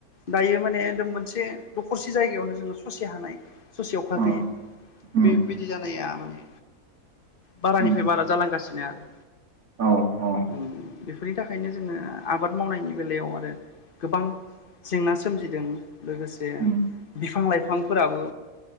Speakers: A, on the left (about 40°); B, on the right (about 80°).
A: दायो माने दोम मोनसे दखरसे जायगायावनो जोङो ससे हानाय ससेयाव खा
B: उम
A: गैयै
B: उम
A: बेबिदि जानाया माने बारानिफाय
B: उम
A: बारा जालांगासिनो आरो
B: औ औ
A: उम बेफ फ्रि थाखायनो जोङो आबाद मावनायनि बेलायाव आरो गोबां जेंना सो सोमजिदों लोगोसे
B: उम
A: बिफां लाइफांफोराबो